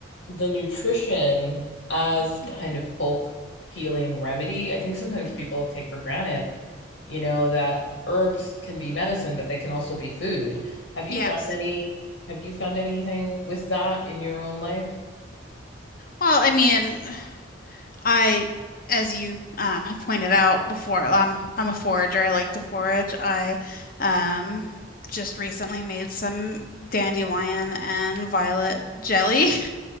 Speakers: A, on the left; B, on the left.
A: the nutrition as
B: mhm,
A: kind of folk healing remedy, I think sometimes
B: mhm.
A: people take for granted, you know, that herbs can be medicine, but they can also be food. Have you
B: Yes.
A: found any, have you found anything with that in your own life?
B: Well, I mean. I, as you um, have pointed out before, um, I'm a forager. I like to forage. I um, just recently made some dandelion and violet jelly. <laughs>